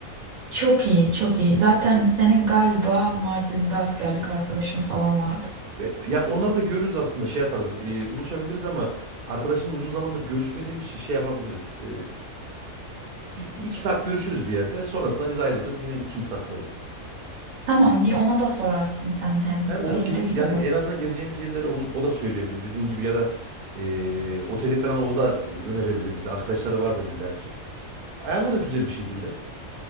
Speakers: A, on the right; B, on the right.
A: Çok iyi, çok iyi. Zaten senin galiba Mardin'de askerlik arkadaşın falan vardı.
B: E, ya onları da görürüz aslında şey yaparız. e, buluşabiliriz ama arkadaşımla uzun zamandır görüşmediğim için şey yapabiliriz. E, bir, bir iki saat görüşürüz bir yerde. Sonrasında biz ayrılırız. Yine ikimiz takılırız.
A: Tamam, bir ona da sorarsın sen hem.
B: He, olur
A: Öyle
B: gez,
A: de güzel
B: yani
A: olur.
B: en azından gezeceğimiz yerleri on- o da söyleyebilir dediğin gibi ya da e, oteli falan o da e, önerebilir bize. Arkadaşları vardır illaki. Ayarlarız güzel bir şekilde.